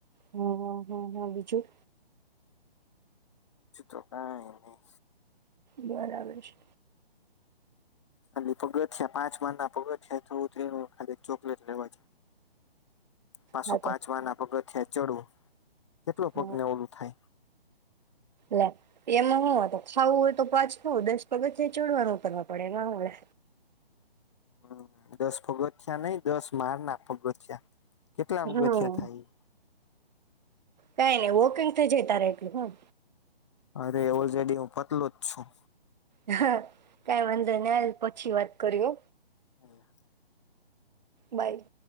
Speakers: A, on the right (about 45°); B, on the left (about 30°).
A: હ હ હા હા બીજું.
B: બીજું તો. કાંઈ નઈ.
A: બરાબર છે.
B: ખાલી પગથિયાં છે પાંચ માડના ના પગથિયાં છે થોડું ત ખાલી ચોકલેટ લેવા છે. પાસો
A: હા
B: પાંચ
A: તો
B: વા ના પગથિયાં છોડું કેટલો
A: હ
B: પગને ઓલું થાય.
A: લે એમાં હું હત ખાવું હોય તો પાછ હ દસ પગથિયાંય ચડવાનું કરવા પડે એમાં હું લે?
B: હમ દસ પગથિયા નહી દસ માળણા પગથીયા. કેટલા
A: હમ
B: પગથિયા થાય ઈ?
A: કઈ નઈ વોકિંગ થઈ જય તારે એટલું હું.
B: અરે ઓલરેડી હું પતલો જ છું.
A: હ કઈ વાંધો નઈ હાલ પછી વાત કરી હો.
B: એ હ.
A: બાય.